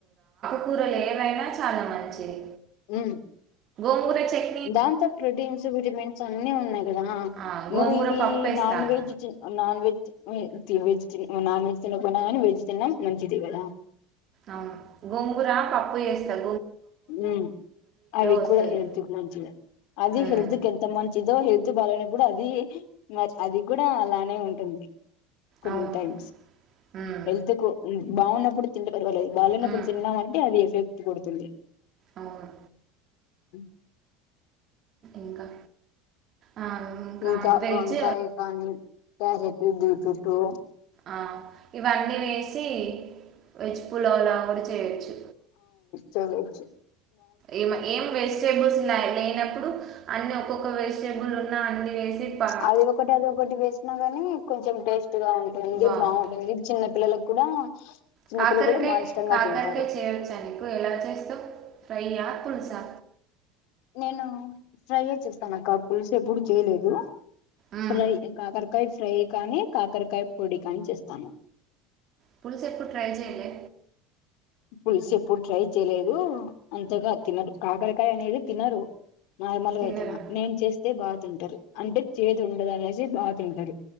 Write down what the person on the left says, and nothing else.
మ్
దాంతో ప్రొటీన్స్ విటమిన్స్ అన్ని ఉన్నాయి కదా
నువ్వు
ఇవి
నాన్ వెజ్ చి నాన్ వెజ్ వె తి వెజ్ తిని నాన్ వెజ్ తినకపోయినా కానీ వెజ్ తిన్నా మంచిది కదా
ఉమ్ అవి
కూడా హెల్త్ కి మంచిదే అది
హెల్త్ కి ఎంత మంచిదో హె ల్త్ బలానికి గూడ అది మర్ అది కూడా అలానే ఉంటుంది కొన్ని
టైమ్స్
హెల్త్ కు బావున్నప్పుడు తింటే పర్వాలేదు బాలేనప్పుడు
తిన్నామంటే అది ఎఫెక్ట్ కొడుతుంది
ఉమ్
ఇంకా
వంకాయ కానీ క్యారెటు బీట్రూటు
చేయచ్చు
అది ఒకటి అది ఒకటి వేసినా గానీ కొంచెం టెస్ట్ గా ఉంటుంది
బావుంటుంది చిన్న పిల్లలకు కూడా చిన్నపిల్లలు
కూడా బాగా ఇష్టంగా
తింటారు
నేను ఫ్రైయె చేస్తానక్క పులుసు ఎప్పుడు చేయలేదు
ఫ్రై కాకరకాయ ఫ్రై కానీ కాకరకాయ పొడి కానీ చేస్తాను
పులుసు ఎప్పుడు ట్రై చేయలేదు అంతగా తినరు కాకరకాయ అనేది తినరు నార్మల్గా
అయితేనా నేను చేస్తే బాగా తింటారు అంటే చేది ఉండదనేసి బా తింటారు